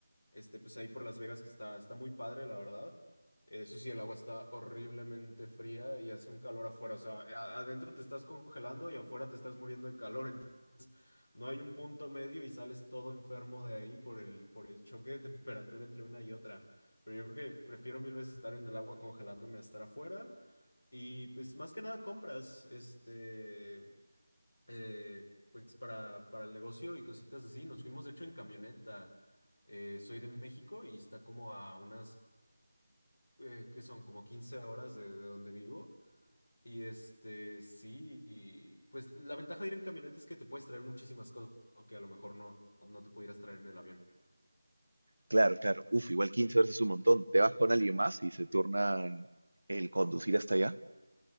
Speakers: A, on the left; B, on the right.
A: Este, pues ahí por Las Vegas que está, está muy padre, la verdad. Eso sí, el agua está horriblemente fría y hace un calor afuera. O sea, eh, a- adentro te estás congelando y afuera te estás muriendo de calor. Ent- No hay un punto medio y sales todo enfermo de ahí por el, por el choque de temperatura entre una y otra. Pero yo creo que prefiero mil veces estar en el agua congelándome a estar afuera. Y pues más que nada compras, este eh, pues para, para el negocio y cositas así. Nos fuimos de hecho en camioneta. Eh, soy de México y está como a unas, eh, ¿qué son? Como 15 horas de, de donde vivo. Y este, sí, y, pues la ventaja de ir en camioneta es que te puedes traer muchísimas cosas, ¿no? que a lo mejor no, no te pudieras traer en el avión.
B: claro, claro. Uf, igual 15 horas es un montón. ¿Te vas con alguien más y se turnan el conducir hasta allá?